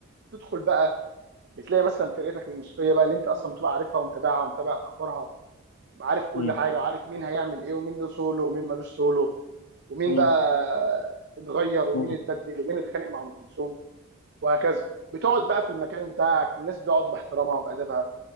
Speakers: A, on the right; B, on the left.
A: تدخل بقى بتلاقي مثلا فرقتك الموسيقيه بقى اللي انت اصلا بتبقى عارفها ومتابعها ومتابع اخبارها وعارف كل
B: مم.
A: حاجه وعارف مين هيعمل ايه ومين له سولو ومين ملوش سولو ومين
B: مم.
A: بقى اتغير ومين
B: مم.
A: اتبدل ومين اتخانق مع ام كلثوم وهكذا بتقعد بقى في المكان بتاعك الناس بتقعد باحترامها وبادبها